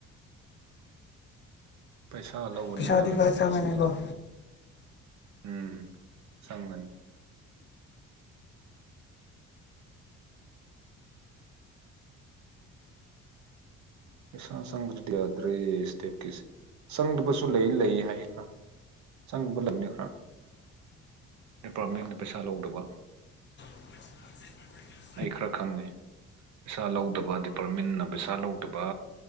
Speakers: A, on the right; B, on the left.
A: ꯄꯩꯁꯥ ꯂꯧꯕꯅꯦꯗ
B: ꯄꯩꯁꯥꯗꯤ ꯈꯔ
A: ꯑꯗꯨ
B: ꯆꯪꯉꯅꯤꯀꯣ
A: ꯎꯝ ꯁꯪꯒꯅꯤ ꯄꯩꯁꯥ ꯆꯪꯗ꯭ꯔꯗꯤ ꯌꯥꯗ꯭ꯔꯦ ꯏꯁꯇꯦꯠꯀꯤꯁꯦ ꯆꯪꯗꯕꯁꯨ ꯂꯩ ꯂꯩ ꯍꯥꯏꯌꯦ ꯈ꯭ꯔꯥ ꯆꯪꯕ ꯂꯩꯕꯅꯤ ꯈꯔ ꯗꯤꯄꯥꯔꯠꯃꯦꯟꯅ ꯄꯩꯁꯥ ꯂꯧꯗꯕ
B: <inaudible>
A: ꯑꯩ ꯈꯔ ꯈꯪꯉꯦ ꯄꯩꯁꯥ ꯂꯧꯗꯕ ꯗꯤꯄꯥꯔꯠꯃꯦꯟꯅ ꯄꯩꯁꯥ ꯂꯧ ꯗꯕ